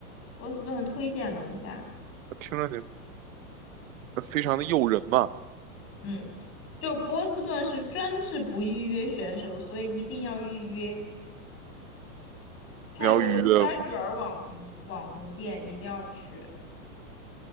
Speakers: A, on the left; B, on the right.
A: 波士顿推荐龙虾。
B: 听着你呃非常的诱人嘛。
A: 嗯，就波士顿是专治不预约选手，所以一定要预约。它有个龙虾卷儿网红网红店，
B: 你要预约吗？
A: 一定要去。